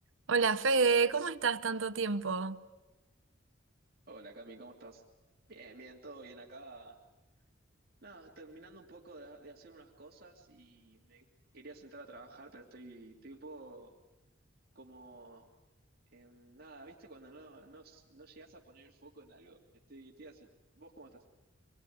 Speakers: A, on the right; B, on the right.
A: Hola Fede, ¿cómo estás? Tanto tiempo.
B: Hola Cami, ¿cómo estás? Bien, bien, todo bien acá. Nada, terminando un poco de, de hacer unas cosas y me quería sentar a trabajar, pero estoy, estoy un poco como... em, nada, ¿viste? Cuando no, no, no llegás a poner el foco en algo, estoy, estoy así. ¿Vos cómo estás?